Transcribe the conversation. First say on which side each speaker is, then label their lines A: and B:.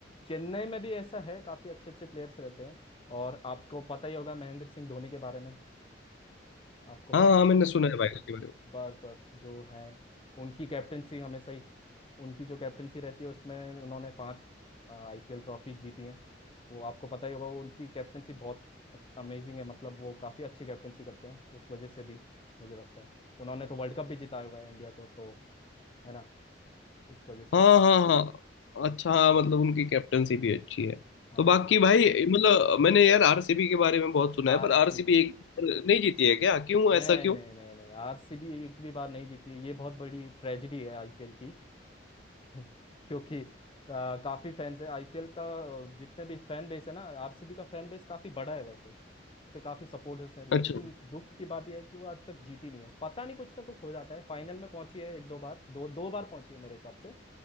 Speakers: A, on the left; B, on the left.
A: चेन्नई में भी ऐसा है काफी अच्छे अच्छे प्लेयर्स रहते हैं और आपको पता ही होगा महेंद्र सिंह धोनी के बारे में आपको
B: हाँ
A: पता
B: हाँ
A: होगा
B: मैंने सुना है भाई उसके बारे में
A: बस बस जो है उनकी कैप्टनसी हमेशा ही उनकी जो कैप्टनसी रहती है उसमें उन्होंने पांच आईपीएल ट्रॉफीज जीती हैं वो आपको पता ही होगा वो उनकी कैप्टनसी बहुत अमेजिंग है मतलब वो काफी अच्छी कैप्टनसी करते हैं उस वजह से भी मुझे लगता है उन्होंने तो वर्ल्ड कप भी जिताया हुआ है इंडिया को तो है ना इस वजह से
B: हाँ हाँ हाँ अच्छा हाँ मतलब उनकी कैप्टनसी भी अच्छी है
A: हाँ
B: तो बाकी
A: बिल्कुल
B: भाई मतलब मैंने यार आरसीबी के बारे में बहुत सुना है
A: आरसी
B: पर आरसीबी एक भी नहीं जीती है क्या क्यों
A: नहीं
B: ऐसा क्यों
A: नहीं नहीं नहीं आरसीबी एक भी बार नहीं जीती है ये बहुत बड़ी ट्रेजेडी है आईपीएल की <laughs> क्योंकि अ, काफी फैंस है आईपीएल का अ, जितने भी फैन बेस है ना आरसीबी का फैन बेस काफी बड़ा है वैसे उसके काफी सपोर्टर्स हैं लेकिन
B: अच्छा
A: दुख की बात यह है कि वो आज तक जीती नहीं है पता नहीं कुछ ना कुछ हो जाता है फाइनल में पहुंची है एक दो बार दो दो बार पहुंची है मेरे हिसाब से